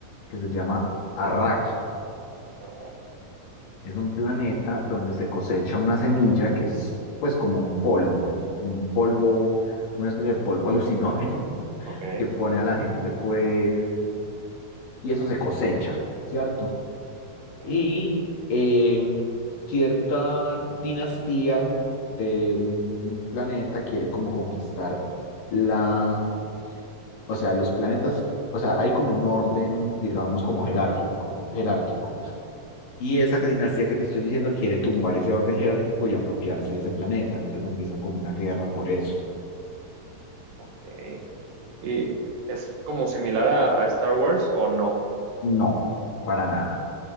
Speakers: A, on the left; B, on the right.
A: que se llama Arrakis.
B: arra-
A: Es un planeta donde se cosecha una semilla que es, pues, como un polvo, como un polvo, una especie de polvo <laughs> alucinógeno
B: ok,
A: que pone a la gente, pues, y eso se cosecha, ¿cierto?
B: ok,
A: y eh, cierta dinastía de un planeta quiere como conquistar la, o sea, los planetas, o sea, hay como un orden, digamos, como jerárquico, jerárquico. Y esa dinastía que te estoy diciendo quiere tumbar ese orden jerárquico y apropiarse de ese planeta, entonces empiezan como una guerra por eso.
B: ok. ¿Y es como similar a, a Star Wars o no?
A: No, para nada,